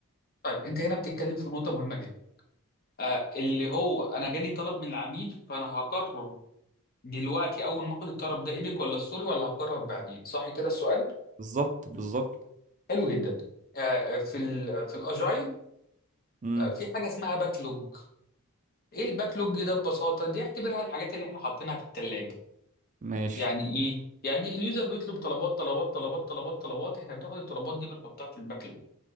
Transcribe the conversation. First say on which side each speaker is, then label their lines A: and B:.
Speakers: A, on the left; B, on the right.
A: طيب انت هنا بتتكلم في نقطة مهمة جدا آه اللي هو انا جالي طلب من العميل فانا هقرر دلوقتي اول ما اخد الطلب ده ايبك ولا ستوري ولا هقرر بعدين صح كده السؤال
B: بالظبط بالظبط
A: حلو جدا آه، آه، في ال في الاجايل
B: امم
A: آه، في حاجه اسمها باك لوج ايه الباك لوج ده ببساطه دي اعتبرها الحاجات اللي احنا حاطينها في الثلاجه
B: ماشي
A: يعني ايه يعني اليوزر بيطلب طلبات طلبات طلبات طلبات طلبات احنا بناخد الطلبات دي بنحطها في الباك لوج